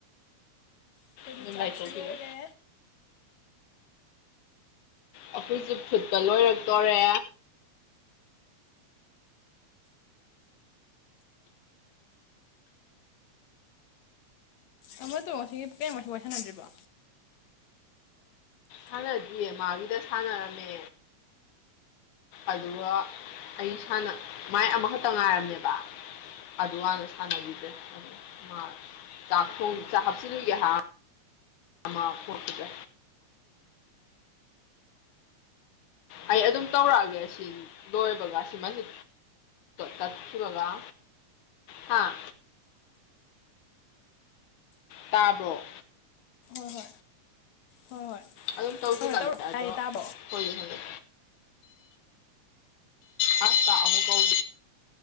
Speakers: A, on the left; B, on the left.
A: ꯑꯩꯈꯣꯏꯒꯤ
B: ꯑꯗꯨꯝ
A: ꯆꯥꯛꯁꯨ
B: ꯂꯥꯏꯊꯣꯛꯈꯤꯗ
A: ꯂꯣꯏꯔꯦ
B: ꯑꯩꯈꯣꯏꯁꯦ ꯐꯨꯠꯄꯥ ꯂꯣꯏꯔꯛꯇꯣꯔꯦ
A: ꯑꯃ ꯇꯣ ꯉꯁꯤ ꯀꯌꯥꯨꯛ ꯋꯥꯔꯤ ꯁꯥꯟꯅꯗ꯭ꯔꯤꯕꯣ
B: ꯁꯥꯟꯅꯗ꯭ꯌꯦ ꯃꯥꯕꯤꯗ ꯁꯥꯟꯅꯔꯝꯃꯦ ꯑꯗꯨꯒ ꯑꯩ ꯏꯁꯥꯅ ꯃꯥꯏ ꯑꯃꯈꯛꯇ ꯉꯥꯏꯔꯝꯅꯦꯕ ꯑꯗꯨꯀꯥꯟꯅ ꯁꯥꯟꯅꯈꯤꯗ꯭ꯔꯦ ꯑ ꯃꯥ ꯆꯀꯊꯣꯡ ꯆꯥꯛ ꯍꯥꯞꯆꯤꯜꯂꯨꯒꯦ ꯍꯥꯏ ꯑꯃ ꯀꯄꯤꯗ ꯑꯩ ꯑꯗꯨꯝ ꯇꯧꯔꯛꯑꯒꯦ ꯁꯤ ꯂꯣꯏꯕꯒ ꯁꯤꯃꯁ ꯇꯁꯤꯒ ꯍꯥꯥ ꯇꯥꯕ꯭ꯔꯣ
A: ꯍꯣꯏ ꯍꯣꯏ ꯍꯣꯏ ꯍꯣꯏ
B: ꯑꯗꯨꯝ ꯇꯧꯁꯤꯜꯂꯒꯦ
A: ꯍꯣꯏ ꯇꯧꯔꯛ
B: ꯑꯗꯣ
A: ꯇꯥꯏꯦ ꯇꯥꯕꯣ
B: ꯍꯣꯏ ꯍꯣꯏꯦ ꯑ ꯇ ꯑꯃꯨꯛ ꯀꯧ